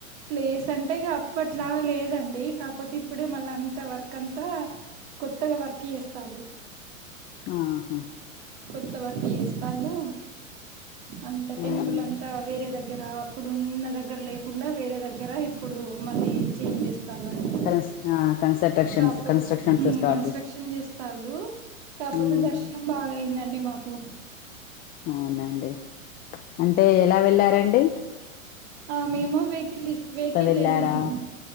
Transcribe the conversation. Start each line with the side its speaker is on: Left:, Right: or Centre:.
Right: ప్లేస్ అంటే ఇగ అప్పట్లా లేదండి కాపోతే ఇప్పుడే మళ్ళ అంత వర్క్ అంతా కొత్తగా వర్క్ చేస్తాంది
Left: ఆహా
Right: కొత్త వర్కులు చేస్తాండు అంతా
Left: మ్మ్.
Right: టెంపుల్ అంతా వేరే దగ్ గ్గర అప్పుడు ఉన్న దగ్గర లేకుండా వేరే దగ్గర ఇప్పుడు మళ్ళీ చేంజ్ చేస్ తాలన్
Left: కన్స్ ఆ కన్స్ట్రక్షన్స్
Right: కాపో
Left: కన్స్ట్రక్షన్స్
Right: ఉమ్
Left: స్టార్ట్
Right: కన్స్ట్రక్షన్
Left: చేసి
Right: చేస్తాళ్ళు కాపోతే
Left: మ్మ్.
Right: దర్శనం బాగాయ్యిందండి మాకు
Left: అవునండి అంటే ఎలా వెళ్లారండి
Right: ఆ మేము వెహికల్ తీసుకు వెహికల్
Left: వెళ్ళారా
Right: లో వెళ్ళినామం